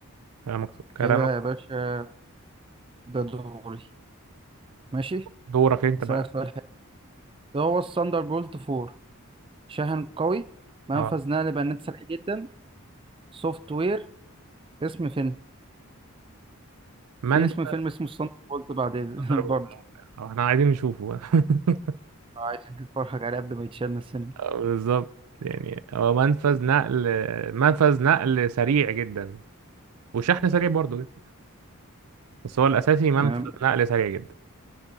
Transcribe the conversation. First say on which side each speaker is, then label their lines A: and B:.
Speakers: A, on the right; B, on the right.
A: كلامك كلامك
B: كده يا باشا ده دوري ماشي
A: دورك انت
B: هسألك
A: بقى
B: سؤال حلو ده هو الثاندر بولت 4 شاحن قوي منفذ
A: اه
B: نقل بيانات سريع جدا سوفت وير اسم فيلم
A: ما
B: في
A: انت
B: اسم فيلم اسمه الصندوق قلت بعدين
A: ضربة
B: <laughs> برضه
A: القلم. اه احنا عايزين نشوفه <laughs>
B: عايز تتفرج عليه قبل ما يتشال من السينما
A: آه، بالظبط يعني هو منفذ نقل منفذ نقل سريع جدا وشحن سريع برضه جدا بس هو الاساسي منفذ
B: تمام
A: نقل سريع جدا